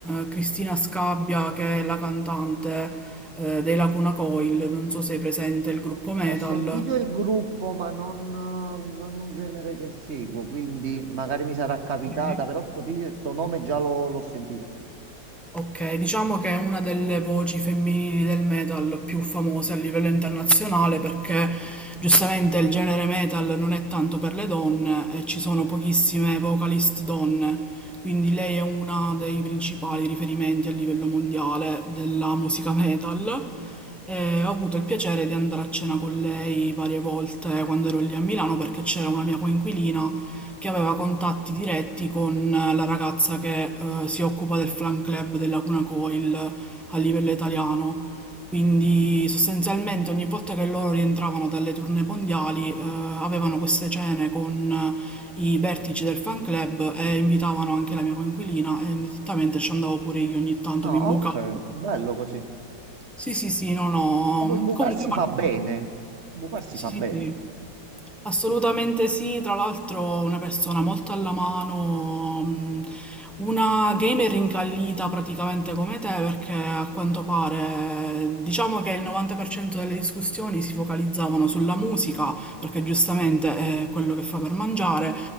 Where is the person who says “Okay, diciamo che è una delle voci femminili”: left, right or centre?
Centre